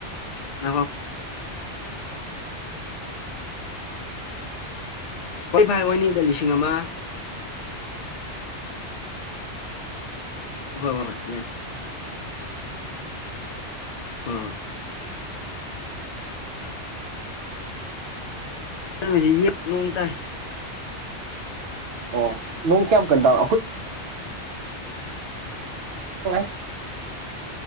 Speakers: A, on the left; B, on the right.
A: <unintelligible> <unintelligible> ꯑꯣꯏꯅꯤꯗ ꯂꯤꯁꯤꯡ ꯑꯃ ꯍꯣ ꯍꯣꯏ ꯍꯣꯏ ꯌꯦ ꯍꯣꯏ <inaudible> ꯅꯣꯡꯇꯥꯏ
B: ꯑꯣ ꯅꯣꯡ ꯀꯌꯥꯝ ꯀꯟ ꯇꯥꯏ <unintelligible> <inaudible>